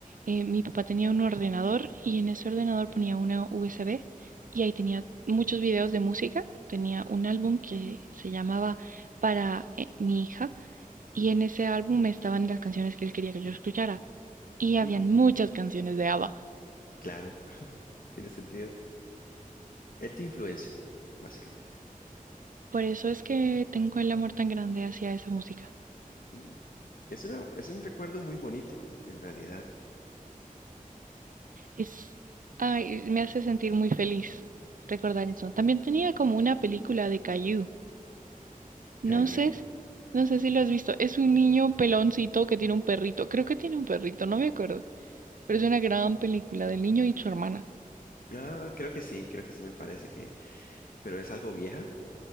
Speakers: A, on the right (about 70°); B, on the left (about 75°).
A: eh, mi papá tenía un ordenador y en ese ordenador ponía una USB y ahí tenía muchos videos de música. Tenía un álbum que se llamaba Para eh, mi hija Y en ese álbum estaban las canciones que él quería que yo escuchara. Y habían
B: Mm,
A: muchas canciones de ABBA.
B: claro, tiene sentido. Él te influenció, básicamente.
A: Por eso es que tengo el amor tan grande hacia esa música.
B: Mm, es una, es un recuerdo muy bonito, en realidad.
A: Es, ay, me hace sentir muy feliz recordar eso. También tenía como una película de Caillou. No
B: ¿Caillou?
A: sé, no sé si lo has visto. Es un niño peloncito que tiene un perrito. Creo que tiene un perrito, no me acuerdo. Pero es una gran película del niño y su hermana.
B: Ah, creo que sí, creo que sí me parece que... Pero es algo vieja,